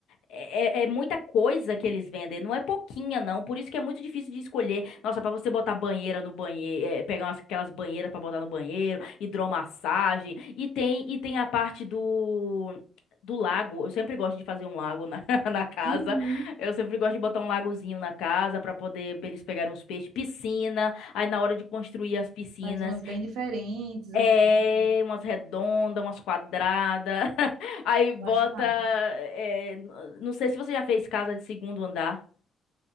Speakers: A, on the left; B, on the right.
A: É, é é muita coisa que eles vendem, não é pouquinha, não. Por isso que é muito difícil de escolher. Nossa, pra você botar banheira no banheiro, pegar umas- aquelas banheiras pra botar no banheiro, hidromassagem. E tem, e tem a parte do, do lago. Eu sempre gosto de fazer um lago na, <laughs> na casa.
B: Uhum.
A: Eu sempre gosto de botar um lagozinho na casa pra poder pra eles pegarem uns peixes. Piscina. Aí na hora de construir as piscinas,
B: Faz umas bem diferentes,
A: é,
B: assim.
A: umas redondas, umas quadradas. <laughs> Aí bota.
B: Eu acho massa.
A: é, n- não sei se você já fez casa de segundo andar.